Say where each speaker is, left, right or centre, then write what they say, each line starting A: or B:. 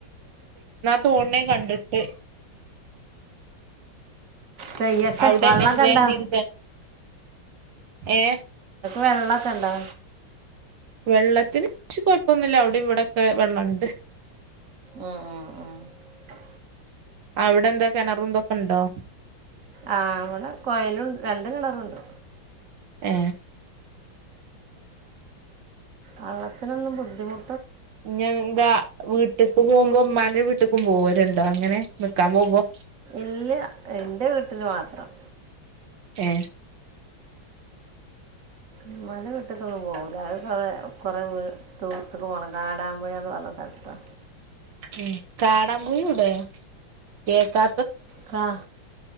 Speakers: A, on the right; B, on the right.
A: തോൺണെ കണ്ട്ട്ട്
B: പെയ്യട്ടെ
A: അവിടെ
B: വള്ളം
A: എങ്ങനെ
B: ഒക്കെ
A: ഇതേ
B: ഇണ്ടോ
A: മാതിരി തന്നെ ഏ
B: വെള്ള ഒക്കെ ഇണ്ടോ
A: വെള്ളത്തിന് ച്ച് കൊഴപ്പൊന്നും ഇല്ല അയുടിം ഇവിടം ഒക്കെ വെള്ളം ഇണ്ട്
B: ആ ആ അ
A: അയുടെ എന്താ കെണറും തും ഒക്കെ ഇണ്ടോ
B: ആ ഇവടെ കൊഴലും രണ്ട് കെണറും ഇണ്ട്
A: ഏ
B: ആ വള്ളത്തിനൊന്നും ബുദ്ധിമു
A: ഇഞ്ഞ് എന്താ വീട്ട്ക്ക് പോവുമ്പം ഇമ്മാന്റെ വീട്ട്ക്കും പോവൽ ഇണ്ടോ അങ്ങനെ നിക്കാൻ പോവുമ്പം
B: ഇല്ല ഇന്റെ വീട്ടിൽ മാത്രം
A: എ
B: ഇമ്മാന്റെ വീട്ട്ക്ക് ഒന്നും പോവുല അത് കൊറെ കൊറെ വീ ദൂരത്ത്ക്ക് പോണം കാടമ്പുഴ എന്ന് പറഞ്ഞ സ്ഥൽത്താ
A: ഉം കാടമ്പുഴ ഒയുടെ കേക്കാ
B: കാ